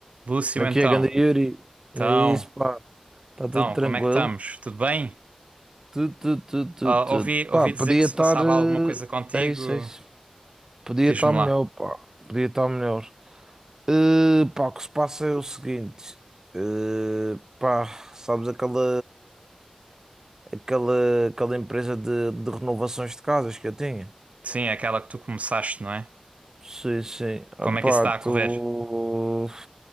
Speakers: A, on the right (about 70°); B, on the right (about 25°).
A: Lúcio,
B: Como é
A: então,
B: que é, ganda Yuri?
A: então,
B: É isso, pá. Está
A: então,
B: tudo tranquilo?
A: como é que estamos? Tudo bem?
B: Tudo, tudo, tudo, tudo,
A: Ah,
B: tudo.
A: ouvi, ouvi
B: Pá, podia
A: dizer que se
B: estar.
A: passava
B: eh,
A: alguma coisa contigo,
B: É isso, é isso. Podia
A: diz-me
B: estar melhor,
A: lá.
B: pá. Podia estar melhor. Eh, pá, o que se passa é o seguinte. Eh, pá, sabes aquela. Aquela, aquela empresa de, de renovações de casas que eu tinha?
A: Sim, é aquela que tu começaste, não é?
B: Sim, sim. Ah,
A: Como
B: pá,
A: é que isso está
B: tu.
A: a correr?